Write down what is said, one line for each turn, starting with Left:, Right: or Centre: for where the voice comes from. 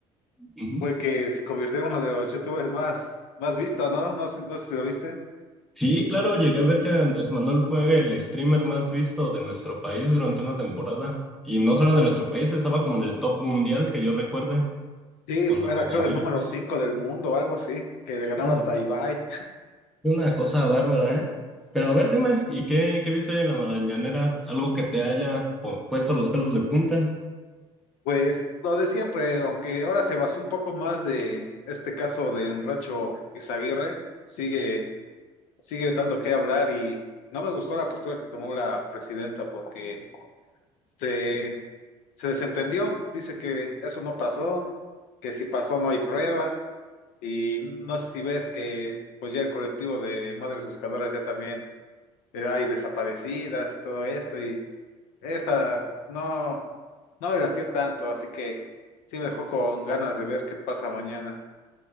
Centre: Ujú.
Left: fue que se convirtió en uno de los youtubers más, más visto, ¿no? No sé, no sé si lo viste.
Centre: Sí, claro, llegué a ver que Andrés Manuel fue el streamer más visto de nuestro país durante una temporada. Y no solo de nuestro país, estaba como en el top mundial que yo recuerde,
Left: Sí,
Centre: con la
Left: era
Centre: mañanera.
Left: creo el número 5 del mundo, algo así, que le ganaba
Centre: Hombre,
Left: hasta a Ibai.
Centre: fue Una cosa bárbara, ¿eh? Pero a ver, dime, ¿y qué, qué viste hoy en la mañanera? ¿Algo que te haya po- puesto los pelos de punta?
Left: Pues lo de siempre, aunque ahora se basó un poco más de este caso de Enracho Izaguirre, sigue, sigue dando que hablar y no me gustó la postura que tomó la presidenta porque se se desentendió, dice que eso no pasó, que si pasó no hay pruebas, y no sé si ves que pues ya el colectivo de madres buscadoras ya también eh, hay desaparecidas y todo esto, y esta no, no me latió tanto, así que sí me dejó con ganas de ver qué pasa mañana.